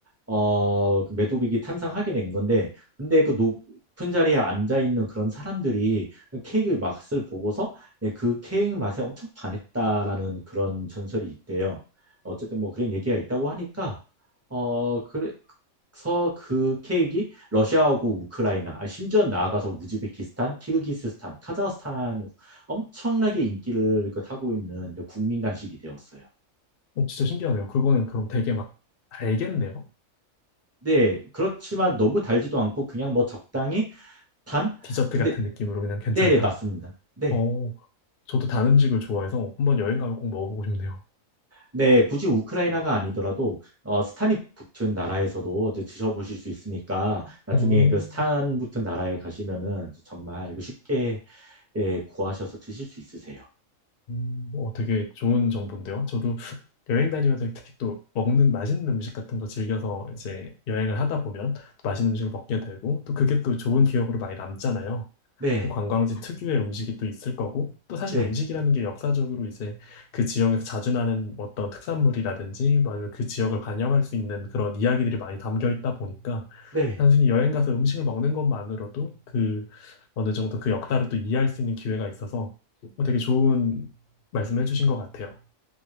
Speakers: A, on the right; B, on the left.
A: 어, 그 메도빅이 탄생하게 된 건데 근데 그 높은 자리에 앉아 있는 그런 사람들이 케이크 맛을 보고서 예, 그 케이크 맛에 엄청 반했다라는 그런 전설이 있대요. 어쨌든 뭐 그런 얘기가 있다고 하니까 어, 그래, 서그 케이크 러시아하고 우크라이나, 아, 심지어 나아가서 우즈베키스탄, 키르기스스탄, 카자흐스탄 엄청나게 인기를 그 타고 있는 그 국민 간식이 되었어요.
B: 어, 진짜 신기하네요. 그거는 그럼 되게 막 달겠네요.
A: 네, 그렇지만 너무 달지도 않고 그냥 뭐 적당히 단?
B: 디저트
A: 근데
B: 같은 느낌으로 그냥 괜찮다.
A: 네, 네, 맞습니다. 네.
B: 어, 저도 단 음식을 좋아해서 한번 여행 가면 꼭 먹어보고 싶네요.
A: 네, 굳이 우크라이나가 아니더라도 어, 스탄이 붙은 나라에서도 이제 드셔보실 수 있으니까 나중에
B: 어,
A: 그 스탄 붙은 나라에 가시면은 정말 이거 쉽게 예, 구하셔서 드실 수 있으세요.
B: 음, 어, 되게 좋은 정보인데요. 저도 여행 다니면서 특히 또 먹는 맛있는 음식 같은 거 즐겨서 이제 여행을 하다 보면 또 맛있는 음식을 먹게 되고 또 그게 또 좋은 기억으로 많이 남잖아요.
A: 네,
B: 그 관광지 특유의 음식이 또 있을 거고 또 사실
A: 네.
B: 음식이라는 게 역사적으로 이제 그 지역에서 자주 나는 어떤 특산물이라든지 뭐 아니면 그 지역을 반영할 수 있는 그런 이야기들이 많이 담겨 있다 보니까
A: 네.
B: 단순히 여행 가서 음식을 먹는 것만으로도 그 어느 정도 그 역사를 또 이해할 수 있는 기회가 있어서 뭐 되게 좋은 말씀해 주신 것 같아요.